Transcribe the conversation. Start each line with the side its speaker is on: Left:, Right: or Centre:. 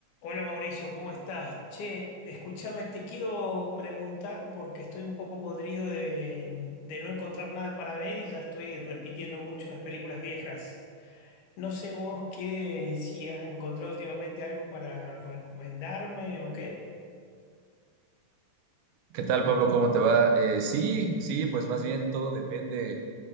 Left: Hola Mauricio, ¿cómo estás? Che, escúchame, te quiero preguntar porque estoy un poco podrido de, de no encontrar nada para ver y ya estoy repitiendo mucho las películas viejas. No sé vos qué, si has encontrado últimamente algo para recomendarme o qué.
Right: ¿Qué tal, Pablo? ¿Cómo te va? Eh, sí, sí, pues más bien todo depende